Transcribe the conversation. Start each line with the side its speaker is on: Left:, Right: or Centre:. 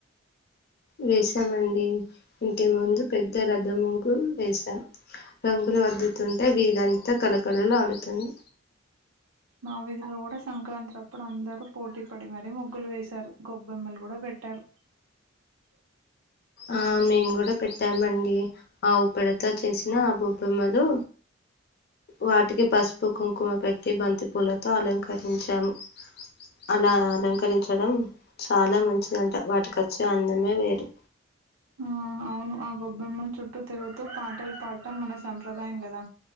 Left: వేసామండి ఇంటి ముందు పెద్ద రథము ముగ్గు వేసాం, రంగులు ఆద్దుతుంటే వీదంతా కలకళలు ఆడుతుంది.
Right: మా విధిలో కూడా సంక్రాంతి అప్పుడు అందరు పోటీ పడి మరి ముగ్గులు వేసారు గొబ్బెమ్మలు కూడా పెట్టారు. <unintelligible>
Left: ఆ మేము కూడా పెట్టామండి ఆవు పేడతో చేసిన ఆ బొబ్బెమ్మలు, వాటికి పసుపు కుంకుమ పెట్టి బంతి పూలతో అలంకరించాము, అలా అలంకరించడం చాలా మంచిది అంట వాటికి వచ్చే అందమే వేరు
Right: ఆ అవును ఆ గొబ్బెమ్మల చుట్టూ తిరుగుతూ పాటలు పాడటం మన సంప్రదాయం కదా